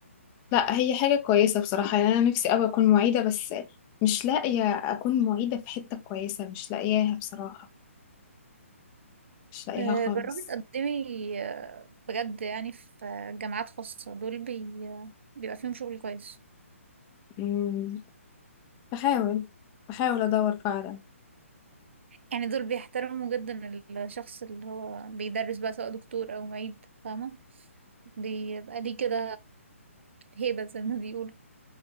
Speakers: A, on the left; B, on the right.
A: لا هي حاجة كويسة بصراحة يعني أنا نفسي أوي أكون معيدة بس مش لاقية أكون معيدة في حتة كويسة مش لاقياها بصراحة مش لاقيها
B: أه
A: خالص
B: جربي تقدمي آه، بجد يعني في آه، جامعات خاصة دول بي... بيبقى فيهم شغل كويس
A: مم. بحاول بحاول أدور فعلا
B: يعني دول بيحترموا جدا الشخص اللي هو بيدرس بقى سواء دكتور او معيد فاهمة بيبقى ليه كده هيبة زي ما بيقولوا